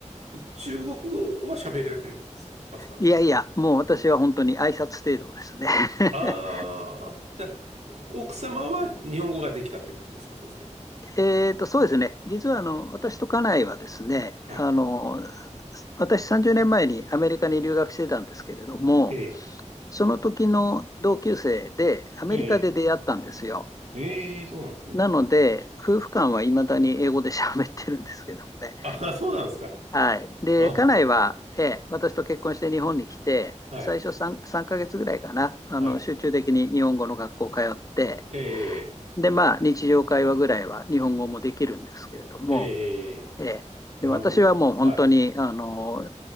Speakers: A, on the right; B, on the left.
A: 中国語は喋られるんですか、松原さん。
B: いやいや、もう私は本当に挨拶程度ですね。<laughs>
A: ああ、じゃあ奥様は日本語ができたってことですか、そうすると。
B: えっと、そうですね。実は、あの、私と家内はですね、
A: はい。
B: あの、私30年前にアメリカに留学してたんですけれども、
A: ええ、
B: その時の同級生でアメリカで出会ったんですよ。
A: ええ、ええ、そうなんですね。
B: なので、夫婦間はいまだに英語で喋ってるんですけどもね。
A: あ、そうなんですか。
B: はい。で、
A: あ、
B: 家内は、ええ、私と結婚して日本に来て、
A: はい。
B: 最初 3, 3ヶ月ぐらいかな、あの、
A: はい。
B: 集中的に日本語の学校通って、
A: ええ、
B: で、まあ、日常会話ぐらいは日本語もできるんですけれども、
A: ええ、
B: ええ、
A: なるほど。
B: で、私はもう本当に、
A: はい。
B: あの、